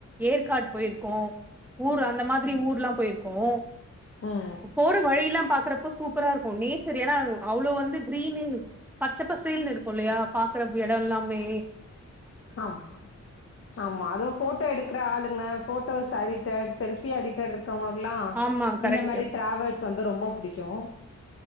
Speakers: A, in the centre; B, on the left (about 45°).
A: ஏற்காடு போயிருக்கோம் ஊரா அந்த மாரி ஊர்ல்லாம் போயிருக்கோம்
B: ம்
A: போற வழி எல்லாம் பாக்குறப்போ சூப்பரா இருக்கும் நீ சரி ஆனா அவ்வளோ வந்து கிரீன் பச்ச பசல்னு இருக்கும் இல்லயா பா்கற இடம்மெல்லாம் மே
B: ஆமா ஆமா அதுவும் ஃபோட்டோ எடுக்கிற ஆளுங்க ஃபோட்டோஸ் அடிட்டர் செல்ஃபி அடிட்டர் அவுங்களுக்குல்லாம்
A: ஆமா கரெக்ட்
B: இந்த மாரி டிராவல்ஸ் வந்து ரொம்ப புடிக்கும்